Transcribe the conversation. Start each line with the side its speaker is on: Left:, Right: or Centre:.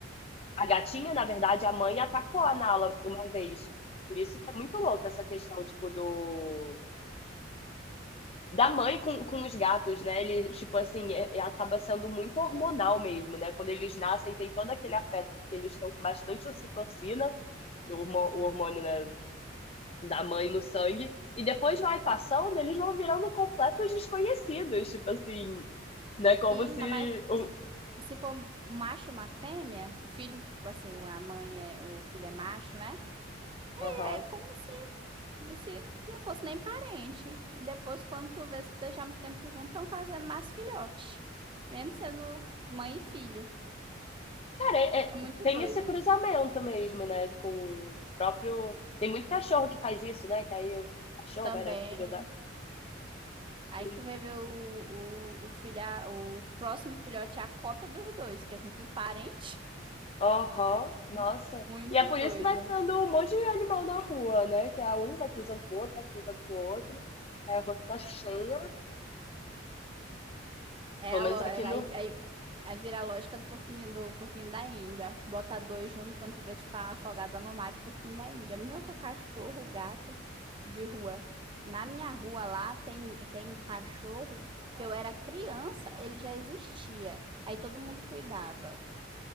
Left: A gatinha, na verdade, a mãe atacou a Nala uma vez. Por isso que é muito louco essa questão, tipo, do... Da mãe com, com os gatos, né? Ele, tipo assim, é- é- acaba sendo muito hormonal mesmo, né? Quando eles nascem, tem todo aquele afeto, porque eles estão com bastante ocitocina, o hormo- o hormônio, né, da mãe no sangue, e depois vai passando, eles vão virando completos desconhecidos, tipo assim, né? Como
Right: Sim,
Left: se...
Right: ainda mais.
Left: um-
Right: se for um macho e uma fêmea, o filho, tipo assim, a mãe é, o filho é macho, né? E
Left: Aham.
Right: é como se, se não fosse nem parente. Depois, quando tu vê se deixar muito tempo junto, estão fazendo mais filhote. Mesmo sendo mãe e filho.
Left: Cara, é- é-
Right: É muito
Left: tem
Right: doido
Left: esse cruzamento
Right: isso.
Left: mesmo, né? Com o próprio. Tem muito cachorro que faz isso, né? Que aí o cachorro
Right: Também.
Left: era filho da.
Right: Aí
Left: Sim.
Right: tu vê ver o, o, o filho, o próximo filhote é a cópia dos dois, que são tudo parente.
Left: Aham, nossa.
Right: <laughs> Muito
Left: E é por
Right: doido.
Left: isso que vai tendo um monte de animal na rua, né? Que a um vai cruzando pro outro, vai cruzando pro outro. Aí a rua fica cheia.
Right: É
Left: Pelo
Right: a
Left: menos
Right: lo...
Left: aqui
Right: é-
Left: no.
Right: aí, aí, aí vira a lógica do porquinho, do porquinho da Índia. Bota dois junto quando tu vê tu tá afogada no mar de porquinho da Índia. É a mesma cachorro, gato de rua. Na minha rua lá tem, tem cachorro que eu era criança, ele já existia. Aí todo mundo cuidava.